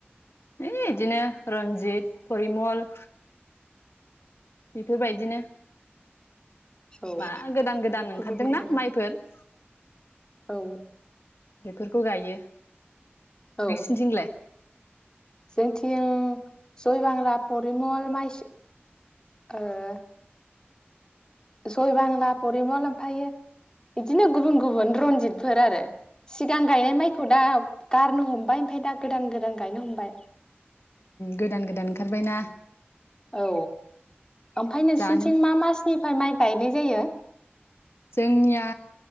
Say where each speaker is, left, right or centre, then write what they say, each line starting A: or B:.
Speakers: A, on the left (about 80°); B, on the left (about 20°).
A: इ बिदिनो रनजित परिमल बेफोरबायदिनो
B: औ
A: मा गोदान गोदान
B: गुबुन
A: ओंखारदोंना
B: गुबुन
A: माइफोर
B: औ
A: बेफोरखौ गायो
B: औ
A: नोंसिनोथिंलै
B: जोंथिं जयबांला परिमल माइ और जयबांला परिमल ओमफ्रायो बिदिनो गुबुन गुबुन रनजितफोर आरो सिगां गायनाय माइखौ दा गारनो हमबाय ओमफफ्राय दा गोदान गोदान गायनो हमबाय
A: गोदान गोदान ओंखारबायना
B: औ ओमफ्राय नोंसिोरनिथिं
A: जानो
B: मा मासनिफ्राय माइ गायनाय जायो
A: जोंनिया